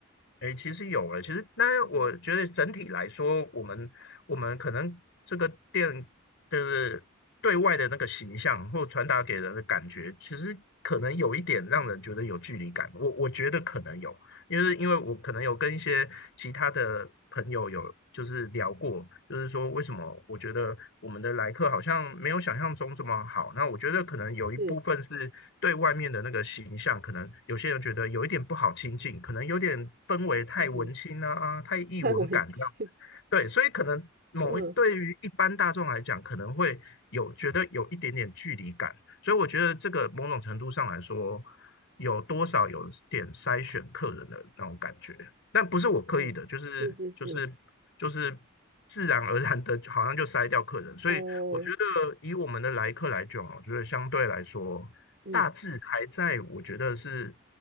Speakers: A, on the left; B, on the right.
A: 哎，其实有了，其实，但是我觉得整体来说，
B: 嗯哼
A: 我们我们可能这个店的对外的那个形象或传达给人的感觉，其实可能有一点让人觉得有距离感。我我觉得可能有，因为因为我可能有跟一些其他的朋友有就是聊过，就是说为什么我觉得我们的来客好像没有想象中这么好。那我觉得可能有一部分是对外面的那个形象，
B: 是，
A: 可能有些人觉得有一点不好亲近，可能有点氛围太文青啊，
B: 嗯哼，
A: 啊太异文感这样子。
B: 太文青，
A: 对，所以可能某一对于一般大众来讲，
B: <laughs> 嗯
A: 可能会有觉得有一点点距离感。所以我觉得这个某种程度上来说，有多少有点筛选客人的那种感觉，但不是我刻意的，
B: 嗯，
A: 就是就是就是自然而然的，
B: 是是是，
A: 好像就筛掉客人。所以我觉得以我们的来客来讲啊，
B: 哦，
A: 我觉得相对来说，
B: 嗯
A: 大致还在我觉得是